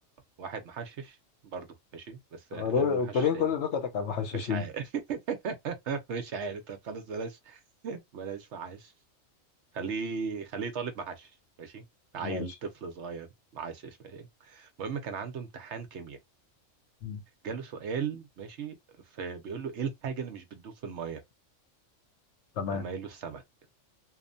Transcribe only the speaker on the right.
واحد محشش برضه ماشي بس غير
المحشش
تاني
مش عارف <laughs> مش عارف طب خلاص بلاش بلاش محشش خليه خليه طالب محشش ماشي عيل
طفل صغير محشش ماشي المهم كان عنده امتحان كيمياء
جاله سؤال ماشي فبيقول له ايه الحاجه اللي مش بتدوب في الميه
اما قال له السمك